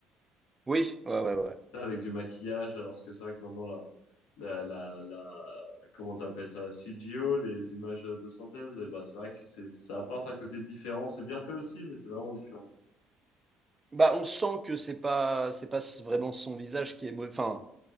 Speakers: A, on the right; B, on the left.
A: Oui, ouais, ouais, ouais.
B: avec du maquillage, alors que c'est vrai que maintenant, la, la, la, la- comment t'appelles ça, la CGO, les images de synthèse, et ben, c'est vrai que c'est, ça apporte un côté différent. C'est bien fait aussi, mais c'est vraiment différent.
A: Bah, on sent que c'est pas c'est pas vraiment son visage qui est mau enfin,